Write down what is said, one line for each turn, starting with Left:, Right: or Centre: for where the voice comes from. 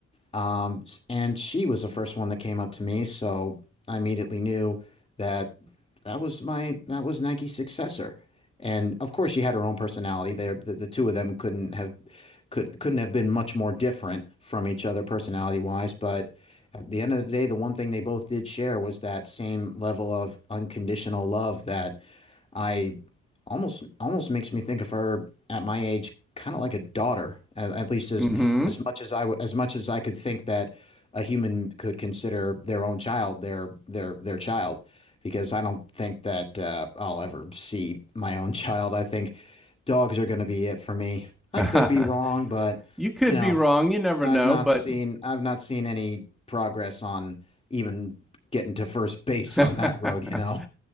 Left: um, and she was the first one that came up to me, so I immediately knew that that was my that was Nike's successor. And of course, she had her own personality. There, the, the two of them couldn't have could couldn't have been much more different from each other personality wise. But at the end of the day, the one thing they both did share was that same level of unconditional love that I almost almost makes me think of her at my age kind of like a daughter at, at least as
Centre: hmm
Left: as much as I w- as much as I could think that a human could consider their own child their their their child because I don't think that uh, I'll ever see my own <laughs> child I think dogs are going to be it for me
Centre: <laughs>
Left: I
Centre: <laughs>
Left: could be wrong but
Centre: you could
Left: you know
Centre: be wrong. You never
Left: I've
Centre: know,
Left: not
Centre: but
Left: seen I've not seen any progress on even getting to first base
Centre: that
Left: on that road you know